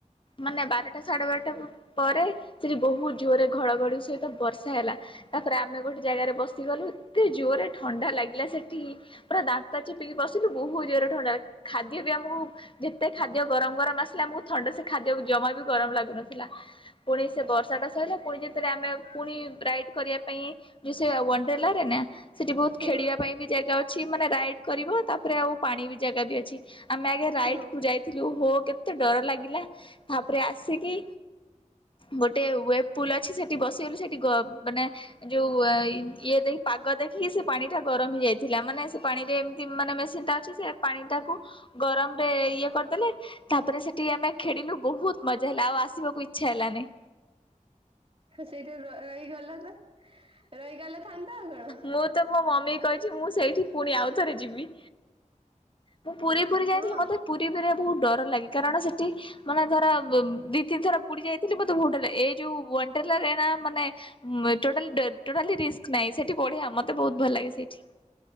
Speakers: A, on the left; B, on the right.
A: ମାନେ ବାରଟା ସାଢେବାରଟା ପ ପରେ ସେଠି ବହୁତ ଜୋରେ ଘଡଘଡି ସ ହାତ ବର୍ଷା ହେଲା ତାପରେ ଆମେ ଗୋଟେ ଜାଗାରେ ବସିଗଲୁ ଏତେ ଜୋରରେ ଥଣ୍ଡା ଲାଗିଲା ସେଠି ପୁରା ଦାନ୍ତ ଚିପିକି ବସିଲୁ ବହୁତ ଜୋରରେ ଥଣ୍ଡା ଖାଦ୍ୟ ବି ଆମକୁ ଯେତେ ଖାଦ୍ୟ ଗରମ ଗରମ ଆସିଲା ଆମୁକୁ ଥଣ୍ଡା ସେ ଖାଦ୍ୟକୁ ଜମା ବି ଗରମ ଲାଗୁନଥିଲା। ପୁଣି ସେ ବର୍ଷା ଟା ସଇଲା ପୁଣି ଯେତେବେଳେ ଆମେ ପୁଣି ରାଇଟ କରିବା ପାଇଁ ଯୋଉ ସେ ୱାଟଲାରେ ନା ସେଠି ବହୁତ
B: ହୁଁ
A: ଖେଳିବା ପାଇଁ ବି ଜାଗା ଅ ଅଛି ମାନେ ରାଇଡ କରିବ ତାପରେ ଆଉ ପାଣି ବି ଜାଗା ବି ଅଛି ଆମେ ଆଗେ ରାଇଟକୁ
B: ହୁଁ
A: ଯାଇଥିଲୁ ହୋ କେତେ ଡର ଲାଗିଲା ପରେ ଆସିକି ଗୋଟେ ୱେବ ପୁଲ ଅଛି ସେଠି ବସିଗଲୁ ସେଠି ଗ ମାନେ ଯୋଉ ଇଏ ଦେଇ ପାଗ ଦେଖିକି ସେ ପାଣିଟା ଗରମ ହେଇଯାଇଥିଲା ମାନେ ସେ ପାଣିରେ ଏମତି ମାନେ ମେସିନଟା ଅଛି ସେ ପାଣିଟାକୁ ଗରମରେ ଇଏ କରିଦେଲେ ସେ ତାପରେ ସେଠି ଆମେ ଖେଳିଲୁ ବହୁତ ମଜା ହେଲା ଆଉ ଆସିବାକୁ ଇଚ୍ଛା ହେଲାନି।
B: ସେଇଠି ର ରହିଗଲନ ରହିଗଲେ ଥାନ୍ତା ଆଉ କଣ?
A: ମୁଁ ତ ମୋ ମମିକି କହିଚି ମୁଁ ସେଇଠି ପୁଣି ଆଉ ଥରେ ଯିବି। ମୁଁ ପୁରୀ ପୁରୀ ଯାଇଚି
B: ହଁ
A: ମତେ ପୁରୀ ପୁରୀରେ ଭେରି ବହୁତ ଡର ଲାଗେ କାରଣ ସେଟି ମାନେ ଧର ଦି ତିନିଥର ପୁରୀ ଯାଇଥିଲି ମତେ ବହୁତ ଡର ଲାଗେ ଏଇ ଯୋଉ ୱାଣ୍ଡରଲାରେ ନା ମାନେ ଟୋଟାଲି ଟୋଟାଲି ରିକ୍ସ୍ ନାଇଁ ସେଠି ବଢିଆ ମତେ ବହୁତ ଭଲ ଲାଗେ ସେଇଠି।